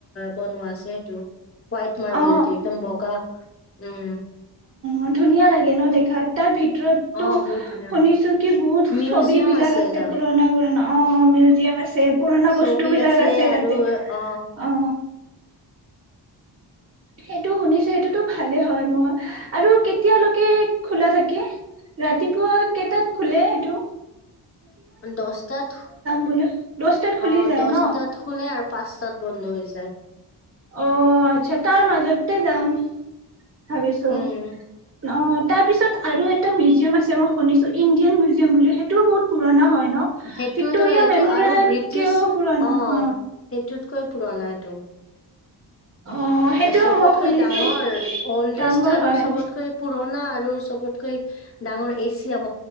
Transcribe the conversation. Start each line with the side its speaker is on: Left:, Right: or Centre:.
Left: বনোৱা আছে সেইটো হোইট মাৰ্বেল
Right: অ
Left: হ হৈছে একদম বগা উম
Right: উ ধুনীয়া লাগে ন দেখাত তাৰ ভিতৰত
Left: অ
Right: তটো
Left: বহুত ধুনীয়া
Right: শুনিছো কি বহুত
Left: মিউজিয়াম
Right: ছবি বিলাক আছে
Left: এটা
Right: পুৰণা পুৰণা অ মিউজিয়াম আছে পুৰণা
Left: ছবি
Right: বস্তু বিলাক আছে
Left: আৰু
Right: তাতে
Left: অ
Right: অ সেইটো শুনিছো সেইটোতো ভালে হয় মই আৰু কেতিয়ালৈকে খোলা থাকে ৰাতিপুৱা কেইটাত খোলে সেইটো
Left: দছটাত
Right: বোলে দহটাত খুলি
Left: অ
Right: যায়
Left: দছটাত
Right: ন?
Left: খুলে আৰু পাঁচটাত বন্ধ হৈ যায়।
Right: অ আচ্ছা তাৰ মাজতে যাম ভাবিছো।
Left: উম
Right: অ তাৰ পিছত আৰু এটা মিউজিয়াম আছে মই শুনিছো ইণ্ডিয়ান মিউজিয়াম বুলিও সেইটোও বহুত পুৰণা হয়। ন?
Left: সেইটোৱোটো
Right: ভিক্টৰিয়া
Left: এইটো
Right: মেমৰিয়েলতকেও
Left: আৰু ব্ৰিটিছ
Right: পুৰণা
Left: আহ',
Right: অ
Left: সেইটোতকৈ পুৰণা এইটো।
Right: অ সেইটোও
Left: চবতকৈ
Right: মই শুনিছো
Left: ডাঙৰ অল্ডেষ্ট
Right: ডাঙৰ
Left: আৰু
Right: হয়।
Left: চবতকৈ পুৰণ, পুৰা আৰু চবতকৈ ডাঙৰ এচিয়াম